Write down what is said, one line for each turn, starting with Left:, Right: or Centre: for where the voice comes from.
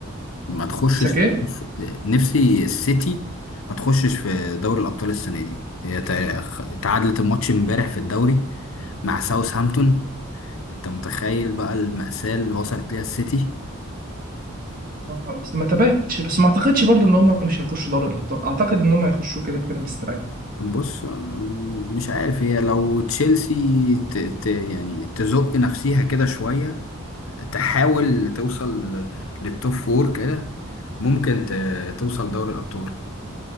Left: ما تخشش
Right: نفسك ايه؟
Left: في- نفسي السيتي ما تخشش في دوري الأبطال السنة دي هي تع- تعادلت الماتش امبارح في الدوري مع ساوثهامبتون انت متخيل بقى المأساة اللي وصلت ليها السيتي
Right: آه، بس ما تبعتش بس ما اعتقدش برضو ان هم مش هيخشوا دوري الابطال اعتقد ان هم هيخشوا كده كده مستريح
Left: بص آم، مش عارف هي لو تشيلسي ت... ت... يعني تزق نفسيها كده شوية تحاول توصل للتوب فور كده ممكن ت... توصل دوري الأبطال